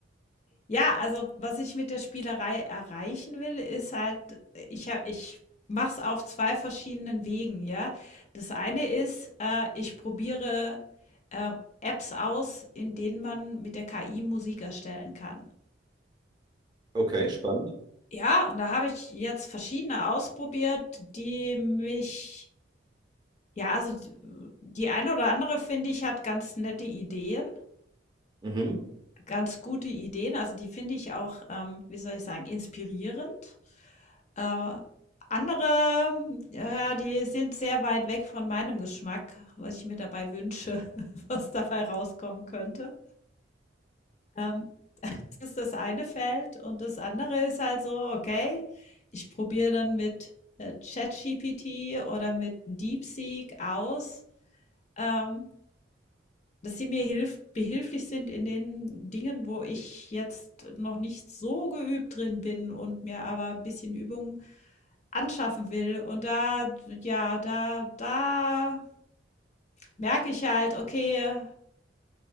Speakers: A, on the left; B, on the right.
A: ja, also, was ich mit der Spielerei erreichen will, ist halt, äh, ich ha ich mache es auf 2 verschiedenen Wegen, ja. Das eine ist, äh, ich probiere, ähm, Apps aus, in denen man mit der KI Musik erstellen kann.
B: Okay, spannend.
A: Ja, und da habe ich jetzt verschiedene ausprobiert, die mich ja, also, die eine oder andere, finde ich, hat ganz nette Ideen.
B: Mhm.
A: Ganz gute Ideen. Also, die finde ich auch, ähm, wie soll ich sagen, inspirierend. Äh, andere, ja, ja, die sind sehr weit weg von meinem Geschmack, was ich mir dabei wünsche, <laughs> was dabei rauskommen könnte. Ähm, das ist das eine Feld und das andere ist halt so, okay, ich probiere dann mit, äh, ChatGPT oder mit DeepSeek aus, ähm dass sie mir hilf behilflich sind in den Dingen, wo ich jetzt noch nicht so geübt drin bin und mir aber ein bisschen Übung anschaffen will. Und da ja, da da merke ich halt, okay,